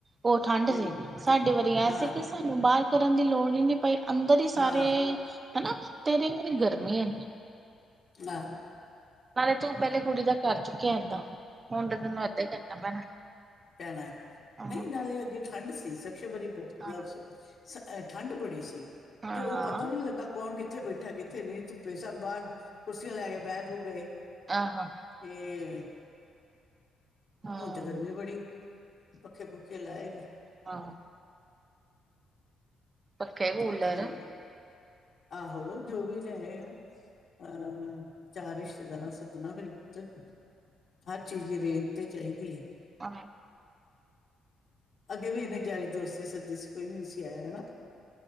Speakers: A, on the right (about 35°); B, on the left (about 60°).
A: ਉਹ ਠੰਢ
B: ਹੂੰ,
A: ਸੀ, ਸਾਡੇ ਵਾਰੀ ਇਹ
B: ਹਾਂ,
A: ਸੀ ਕਿ ਸਾਨੂੰ ਬਾਹਰ ਕਰਨ ਦੀ ਲੋੜ ਹੀ ਨੀ। ਪਈ, ਅੰਦਰ ਹੀ ਸਾਰੇ
B: ਹਾਂ,
A: ਹਨਾ ਤੇਰੇ ਅੰਦਰ ਗਰਮੀ ਐ।
B: ਨਾ
A: ਨਾਲੇ ਤੂੰ ਪਹਿਲੇ ਕੁੜੀ ਦਾ ਕਰ ਚੁੱਕਿਆ ਏਦਾਂ, ਹੁਣ ਤਾਂ ਤੈਨੂੰ ਏਦਾਂ ਹੀ ਕਰਨਾ ਪੈਣਾ।
B: ਪੈਣਾ,
A: ਹਾਂ
B: ਨਹੀਂ ਨਾਲੇ ਅੱਗੇ ਠੰਢ ਸੀ ਸਕਸ਼ਮ ਬਹੁਤ
A: ਹਾਂ
B: ਸ। ਸ ਹ ਠੰਢ ਬੜੀ ਸੀ
A: ਹਾਂ
B: ਤੇ ਉਹ ਪਤਾ ਵੀ ਨੀ ਲੱਗਾ ਕੌਣ ਕਿੱਥੇ ਬੈਠੇ। ਹੇਠਾਂ ਕਿੱਥੇ ਨਹੀਂ ਧੁੱਪੇ ਸਭ ਬਾਹਰ ਕੁਰਸੀਆਂ ਲੈ ਕੇ ਬਹਿ ਬੂ ਗਏ।
A: ਆਹੋ।
B: ਫੇਰ।
A: ਹਾਂ
B: ਹੁਣ ਤੇ ਗਰਮੀ ਬੜੀ, ਪੱਖੇ ਪੁੱਖੇ ਲਾਏਂਗਾ।
A: ਹਾਂ। ਪੱਖੇ, ਕੂਲਰ।
B: ਚਲ ਆਹੋ ਜੋ ਵੀ ਲਏਗਾ। ਅਹ ਚਾਰ ਰਿਸ਼ਤੇਦਾਰਾਂ ਸੱਦਣਾ ਫਿਰ ਪੁ ਹਰ ਚੀਜ਼ ਦੀ ਰੇਂਜ ਤੇ ਚਾਹੀਦੀ ਏ।
A: ਹਾਂ।
B: ਅੱਗੇ ਵੀ ਇੰਨੇ ਯਾਰੀ ਦੋਸਤੀ ਸੱਦੀ ਸੀ ਕੋਈ ਵੀ ਨਈ ਸੀ ਆਇਆ ਹੈਨਾ